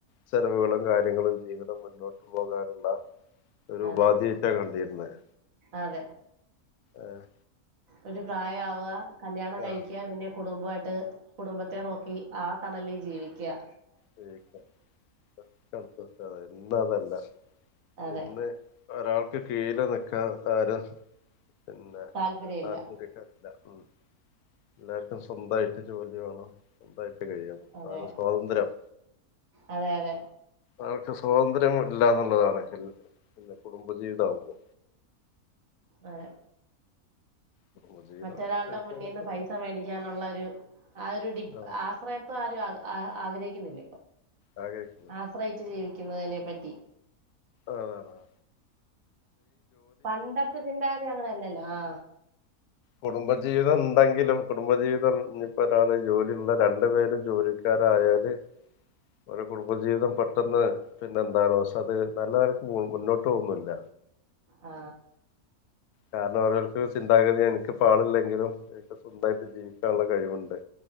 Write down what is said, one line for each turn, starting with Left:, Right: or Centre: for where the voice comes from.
Left: ചെലവുകളും കാര്യങ്ങളും ജീവിതം മുന്നോട്ടു പോകാനുള്ള ഒരു
Right: അതെ
Left: ഉപാധിയായ്റ്റ കണ്ടിരുന്നത്
Right: അതെ
Left: ആഹ്
Right: ഒരു പ്രായ ആവാ കല്യാണം കഴിക്ക്യാ
Left: ആഹ്
Right: പിന്നെ കുടുംബായി ട്ട് കുടുംബത്തെ നോക്കി ആ തണലി ജീവിക്ക്യാ
Left: ജീവിക്യാ.... അതെ അതെ.. ഇന്ന് അതല്ല
Right: അതെ
Left: ഇന്ന് ഒരാൾക്ക് കീഴില് നി ആ ആരാ പിന്നെ
Right: താല്പര്യം
Left: താല്പര്യമൊക്കെല്ല
Right: ഇല്ല
Left: ഉം എല്ലാർക്കും സ്വന്തായിട്ട് ജോലി വേണം സ്വന്തായിട്ട് കഴിയണം
Right: അതെ
Left: അതിന് സ്വാതന്ത്ര്യം
Right: അതെ അതെ
Left: അവർക്ക് സ്വാതന്ത്ര്യം ഇല്ല ന്നുള്ളതാണ് പിന്നെ കുടുംബജീവിതമാവുമ്പോ
Right: അതെ
Left: കുടുംബജീവിതം
Right: മറ്റൊരാളുടെ
Left: ശരിക്കും
Right: മുന്നിന്ന്
Left: അങ്ങനെ തന്നെ
Right: പൈസ മേടിക്കാനോള്ള ഒരു ആ ഒരു ഡി
Left: ആഹ്
Right: ആശ്രയതം ആ ഒരു ആ ആഗ്രഹിക്കുന്നില്ല ഇപ്പൊ
Left: ആ കേൾക്കുന്നുണ്ട്
Right: ആശ്രയിച്ചു ജീവി ക്കുന്നതിനെ പറ്റി
Left: ആണ് ആണ്
Right: പണ്ടത്തെ ചിന്താഗതി അങ്ങനെ അല്ലല്ലോ ആ
Left: കുടുംബജീവിതം ണ്ടങ്കിലും കുടുംബജീവിതം ഇപ്പോ ഒരാള് ജോലിള്ള രണ്ടു പേരും ജോലിക്കാരായാല് ഒരു കുടുംബജീവിതം പെട്ടെന്ന് പിന്നെ എന്താലോ ഷേ അത് നല്ലനേലക്ക് മുന്നോട്ട് പോവുന്നുവില്ല
Right: ആ
Left: കാരണം അവരോർക്ക് ചിന്താഗതി എനിക്ക് പാടില്ലെങ്കിലും എനിക്ക് സ്വന്തായിട്ട് ജീവിക്കാനുള്ള കഴിവോണ്ട്